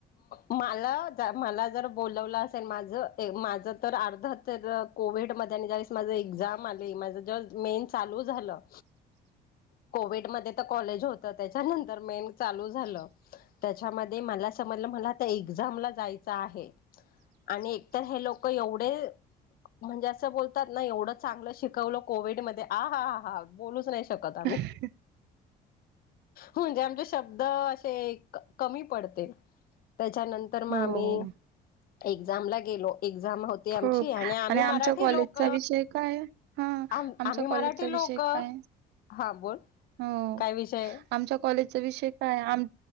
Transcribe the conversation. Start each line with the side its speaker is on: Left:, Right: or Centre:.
Left: मला मला जर बलावलं असेल माझ माझ अर्ध तर कोविड मध्ये आणि ज्यावेळेस माझ एक्झाम आली माझ ज मेन चालू झालं ह कोविड म कॉलेज होत त्याच्यानंतर मे चालू झा त्याच्यामध्ये म मला आता एझामला जायच आहे आणि एकतर हे लोक एवढे म्हणजे असं बोलतात ना एवढं चांगलं शिकवल कोविड म आ हा ह हा बोलूच नाही शकत आम्ही
Right: रणढछदयसण
Left: म्हणजे आमचे शब्द असे कमी पडते त्याच्यानंतर मग
Right: हो.
Left: आम्ही एक्झामला गेलो एक्झाम होती आमची
Right: खप
Left: आम्ही
Right: आणि
Left: मराठी
Right: आमच्या कॉलेजचा
Left: लोक
Right: विषय काय हा
Left: आम
Right: आमच्या
Left: आम्ही
Right: कॉलेजचा
Left: मराठी लोक
Right: विषय श काय
Left: हा बोल
Right: हो,
Left: काय विषय
Right: आमच्या कॉलेजचा विषय काय आम